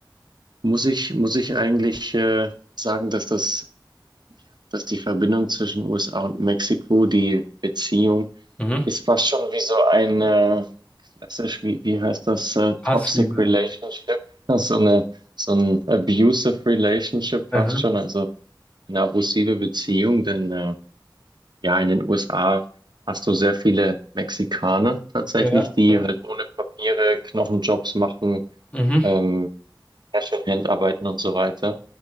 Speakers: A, on the right; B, on the left.
A: muss ich, muss ich eigentlich äh, sagen, dass das dass die Verbindung zwischen USA und Mexiko, die Beziehung,
B: Mhm.
A: ist fast schon wie so ein äh, klassisch, wie, wie heißt das, äh,
B: Hassliebe.
A: Toxic Relationship, <laughs> so eine, so ein Abusive Relationship
B: Aha.
A: fast schon, also eine abusive Beziehung, denn äh, ja, in den USA hast du sehr viele Mexikaner tatsächlich,
B: Ja.
A: die
B: ja.
A: halt ohne Papiere Knochenjobs machen,
B: Mhm.
A: ähm, Herstellerhand arbeiten und so weiter.